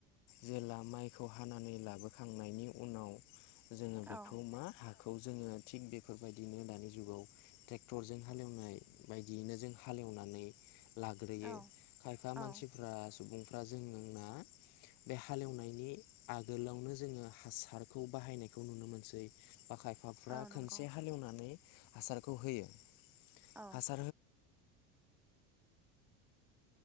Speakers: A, on the left; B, in the centre.
A: जेला माइखौ हानानै लाबोखांनायनि उनाव जोङो
B: औ
A: बेखौ मा हाखो जोङो थिग बेफोरबायदिनो दानि जुगाव ट्रेक्ट'रजों हालएवनाय बायदियैनो जों हालेवनानै लाग्रोयो
B: औ
A: खायफा
B: औ
A: मानसिफ्रा सुबुंफ्रा जोंना बे हालेवनायनि आगोलावनो जोङो हासारखौ बाहायनायखौ नुनो मोनसै बाय खनसे
B: औ नंगौ
A: हालेवनानै हासारखौ होयो
B: औ
A: हास